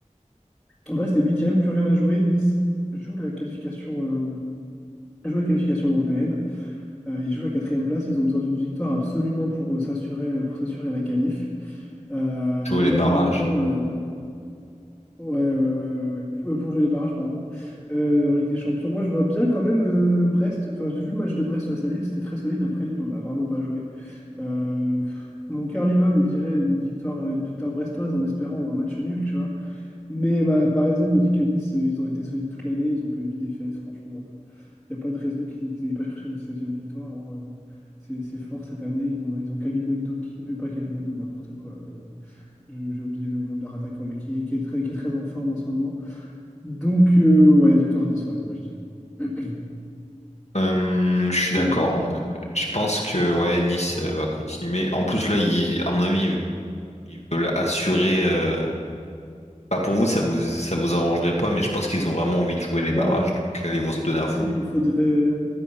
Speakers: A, in the centre; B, on the left.
A: Brest est huitième, plus rien à jouer. Nice joue la qualification, euh, joue la qualification européenne. Euh, ils jouent la quatrième place. Ils ont besoin d'une victoire absolument pour euh, s'assurer euh, pour s'assurer la qualif. Euh,
B: Jouer
A: moi,
B: les barrages.
A: je vois bien. euh, ouais, ouais, ouais, ouais, ouais. Euh, Pour jouer les barrages, pardon. Euh, en Ligue des Champions, moi, je vois bien quand même euh, Brest. Enfin, j'ai vu le match de Brest face à Lille. C'était très solide. Après Lille, on n'a vraiment pas joué. Euh, pff, mon cœur lillois me dirait une victoire, une victoire brestoise en espérant un match nul, tu vois. Mais ma, ma raison me dit que Nice, euh, ils ont été solides toute l'année. Ils ont que 8 défaites, franchement. Il n'y a pas de raison qu'ils n'aillent pas chercher une 17e victoire. hein. Euh, C'est c'est fort cette année. Ils ont, ils ont Kalimundo qui. euh, pas Kalimundo, n'importe quoi. Euh, je- J'ai oublié le nom de leur attaquant, mais qui, qui est très, qui est très en forme en ce moment. Donc, euh, ouais, victoire niçoise, moi je dis. <clears throat>
B: Euh, je suis
A: T'en
B: d'accord
A: penses quoi, toi?
B: en vrai. Je pense que ouais, Nice euh, va continuer. En plus là, ils- à mon avis, ils ils veulent assurer. euh, Bah, pour vous, ça vous ça vous arrangerait pas, mais je pense qu'ils ont vraiment envie de jouer les barrages,
A: Non.
B: donc euh, ils vont se donner à fond.
A: Il il faudrait,